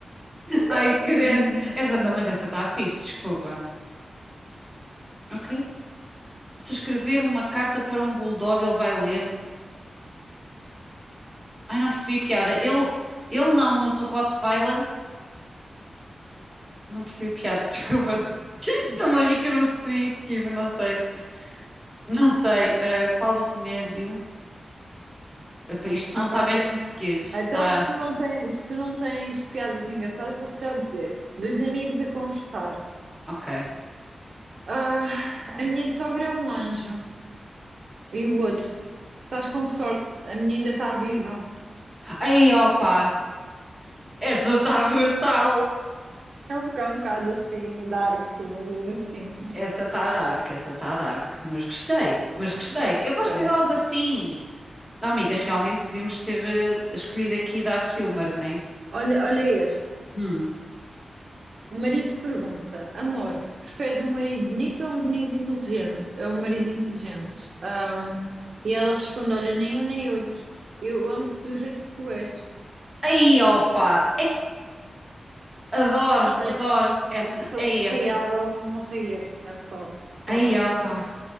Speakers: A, in the centre; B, on the right.
A: Ai,
B: <laughs>
A: credo. Essa tá, mas essa está fixe, desculpa. Ok. Se escrever uma carta para um bulldog, ele vai ler. Ai, não percebi a piada. Ele, ele não, mas o Rottweiler. Não percebi a piada, <laughs> desculpa. Estou-me a rir que eu não percebi. Tipo, não sei. Não sei. ah, qual o remédio? Epá, isto não
B: Ah
A: está
B: pá,
A: bem
B: tem.
A: português. Está.
B: Então, se tu não tens, se tu não tens piadas engraçadas, vou-te já dizer. Dois amigos a conversar.
A: Ok.
B: Ah, a minha sogra é um anjo. E o outro, estás com sorte, a minha ainda está viva.
A: Aí, opa! Essa está brutal!
B: É um bocado, um bocado assim, dark, mas assim.
A: Essa está dark, essa está dark. Mas gostei, mas gostei.
B: hum,
A: Eu
B: Gostei.
A: gosto delas assim. Não, amiga, realmente podíamos ter eh, escolhido aqui Dark Humor, né?
B: Olha, olha este.
A: Hum.
B: O marido pergunta: Amor, preferes um marido bonito ou um bonito inteligente? É um marido inteligente. Ahm, e ela responde: Olha, nem um nem outro. Eu amo-te do jeito que tu és.
A: Aí, opa! Adoro,
B: Ela deve-
A: adoro. Essa,
B: E se fosse
A: é essa.
B: real, ela morria só com
A: Aí,
B: esta.
A: opa.